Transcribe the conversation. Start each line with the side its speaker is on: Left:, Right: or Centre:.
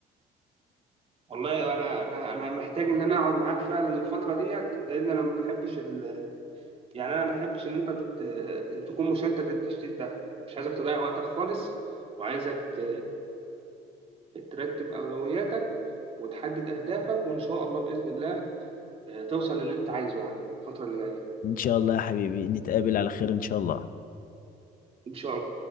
Right: والله انا انا انا محتاج ان انا اقعد معاك فعلا الفتره ديت لان انا ما بحبش ال... يعني انا ما بحبش ان انت ت... تكون مشتت التشتيت ده مش عايزك تضيع وقتك خالص وعايزك ت... ترتب اولوياتك وتحدد اهدافك وان شاء الله باذن الله آه، توصل للي انت عايزه يعني الفتره اللي جايه
Left: ان شاء الله يا حبيبي نتقابل على خير ان شاء الله
Right: ان شاء الله